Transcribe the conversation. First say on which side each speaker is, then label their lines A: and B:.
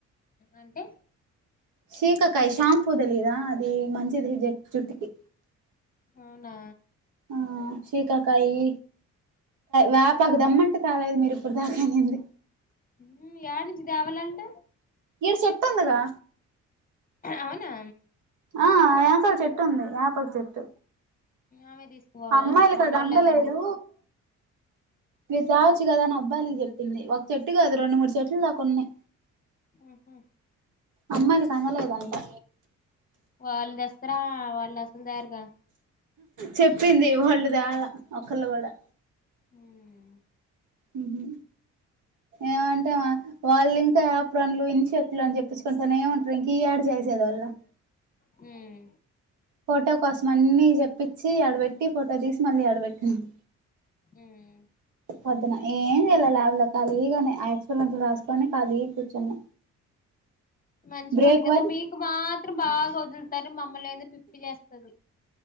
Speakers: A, on the left; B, on the right.
A: అంటే
B: షీకాకాయ్ షాంపూ దెలీదా అది మంచిది జట్టీకి
A: అవునా
B: ఆ షకాకాయి వ్యాపాకు దెమ్మ తాలైదు మీరు ఇప్పుడు దాకానింది
A: ఉమ్ ఏనించి దేవాలంట
B: ఈడ సెట్టుందిగా
A: అవునా
B: ఆ యెనకాల చెట్టు ఉంది యాప చెట్టు
A: ఆమె తీసుకుపోవాల
B: అమ్మాయిలు
A: మనోళ్ళు
B: కదా అందలేదు
A: ఎవరు తీసుకో
B: విజా గదా అని అబ్బాయిలకు జెప్పింది ఒక చెట్టు కాదు రెండు మూడు చెట్ల దాకా ఉన్నాయి
A: హుహూ
B: అమ్మాయిలకు అందలేదంటా
A: వాళ్ళ దెస్తరా వాళ్ళు అసలు దెరుగా
B: చెప్పింది వాళ్ళు దేలే ఒకళ్ళు గూడా
A: ఉమ్
B: ఉమ్ హు ఏమంటే వాళ్ళు ఇంకా ఆప్రానులు ఇన్ షర్ట్లు అని చెప్పించుకుంటానే ఉంటారు ఇంకా ఈ ఏడ జేసేది వాళ్ళు హలో
A: ఉమ్
B: ఫోటో కోసం అన్ని జెప్పించి ఆడబెట్టి ఫోటో తీసి మళ్ళీ అడబెట్టింది
A: ఉమ్
B: పొద్దున ఏం జేయలే ల్యాబ్ లో ఖాళీగానే ఆ ఎక్స్పరమెంట్లు రాసుకొని ఖాళీ గా కూర్చున్నా
A: మంచి
B: బ్రేక్
A: పని గదా
B: వరకు
A: మీకు మాత్రం బాగా వదులు తారు మమ్మలని పిప్పి జేస్తది